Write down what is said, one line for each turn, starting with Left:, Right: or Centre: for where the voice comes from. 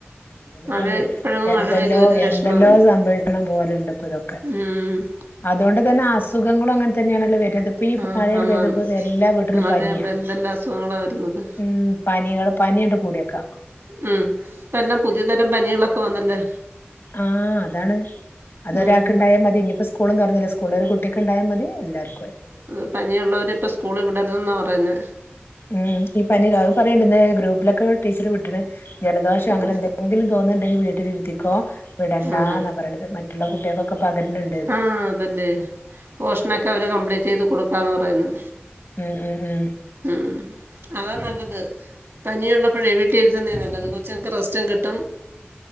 Left: അതെന്നെ
Right: മഴ
Left: പറഞ്ഞെ
Right: ഇപ്പഴെങ്ങും
Left: എന്തെല്ലോ
Right: മഴ പെയ്ത ഒരു ലക്ഷണവും
Left: എന്തെല്ലോ
Right: ഇല്ല
Left: സംഭവിക്കേണ് പോലെയുണ്ട് ഇപ്പൊ ഇതൊക്കെ.
Right: ഉം
Left: അതോണ്ട് തന്നെ അസുഖങ്ങളും അങ്ങനെ തന്നെയാണല്ലോ വരുന്നേ. ഇപ്പൊ ഈ
Right: ആഹ്
Left: മഴ അങ്ങട്
Right: ആന്നാന്ന്
Left: പെയ്തു അപ്പോ എല്ലാ വീട്ടിലും
Right: മഴയാകുമ്പോ
Left: പനിയാ
Right: എന്തെല്ലാം അസുഖങ്ങളാ വരുന്നത്
Left: ഉം. പനികള് പനി അങ്ങട് കൂടിയേക്കാം.
Right: ഉം, ഇപ്പോ എല്ലാം പുതിയ തരം പനികളൊക്കെ വന്നല്ലേ?
Left: ആഹ് അതാണ് അതൊരാൾക്കുണ്ടായാൽ
Right: ഉം
Left: മതി, ഇനിയിപ്പോ സ്കൂളും തുറന്നു സ്കൂ സ്കൂളിൽ ഒരു കുട്ടിക്ക് ഉണ്ടായാൽ മതി എല്ലാർക്കും ആയി.
Right: ഏഹ് പനിയുള്ളവരെ ഇപ്പൊ സ്കൂളിൽ വിടരുതെന്ന് പറയുന്നു.
Left: ഉം, ഈ പനിയെ അത് പറയുണ്ടെന്ന് ഗ്രൂപ്പിലൊക്കെ ടീച്ചർ വിട്ടുന്നെ ജലദോഷം അങ്ങനെ
Right: ഉം
Left: എന്തേലും. എങ്കിലും തോന്നുന്നുണ്ടെങ്കിൽ വീട്ടിൽ ഇരുത്തിക്കോ, വിടണ്ട
Right: ആഹാ
Left: എന്നാ പറയണത്, മറ്റുള്ള കുട്ടികൾക്ക് ഒക്കെ പകരുന്നുണ്ട്.
Right: ആഹ് അതെന്നെ പോഷൻ ഒക്കെ അവര് കംപ്ലീറ്റ് ചെയ്തു കൊടുക്കാ എന്നു പറയുന്നു.
Left: ഉം ഉം ഉം.
Right: ഉം അതാ നല്ലത്. പനിയുള്ളപ്പേഴേ വീട്ടിൽ ഇരുത്തുന്നേ നല്ലത്, കൊച്ചുങ്ങൾക്ക് റസ്റ്റും കിട്ടും.